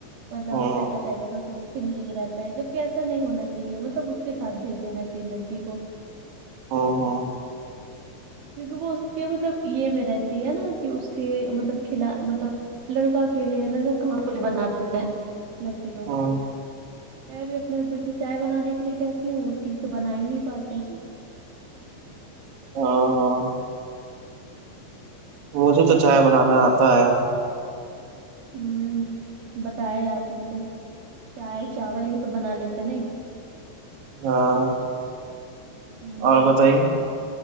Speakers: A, on the right; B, on the right.
A: مطلب
B: ہاں
A: ایسا ٹائپ کا سوچ تھنکنگ رہتا ہے جب کی ایسا نہیں ہونا چاہیے مطلب اس کے ساتھ بھیج دین چاہیے لڑکی کو
B: او ہو
A: کیونکی وہ اس کے مطلب یے میں رہتی ہے نا کی اس کے مطلب کھلا مطلب رہتا اکیلے ہے لڑکا کہاں کچھ بناتا ہے لڑکے لوگ
B: ہاں
A: میں بھی اپنے ہسبینڈ سے چائے بنانے کے لیے کہتی ہوں وہ ٹھیک سے بنا ہی نہیں پاتے
B: آ ہاں مجھے تو چائے بنانے آتا ہے
A: ہمم بتائے آپ ہم کو چائے چاول یے تو بنا لیتے نئی
B: ہاں
A: ہ
B: اور بتائیے